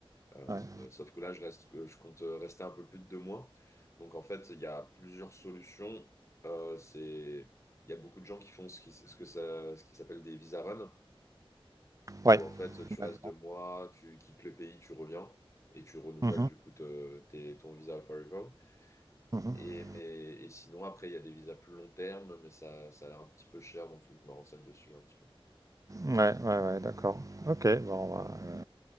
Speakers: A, on the left (about 30°); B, on the right (about 35°).
A: Euh,
B: Ouais.
A: sauf que là, je reste, que je compte euh, rester un peu plus de deux mois. Donc en fait, il y a plusieurs solutions. Euh, c'est, il y a beaucoup de gens qui font ce qui, ce que ça, ce qui s'appelle des visa run,
B: Ouais.
A: où en fait, tu
B: D'accord.
A: restes deux mois, tu quittes le pays, tu reviens et tu renouvelles
B: Mhm.
A: du coup te- tes- ton visa Forever.
B: Mhm.
A: Et, mais, et sinon, après, il y a des visas plus long terme, mais ça, ça a l'air un petit peu cher, donc il faut que je me renseigne dessus un petit peu.
B: Ouais, ouais, ouais, d'accord. Ok, bon. bah, ouais.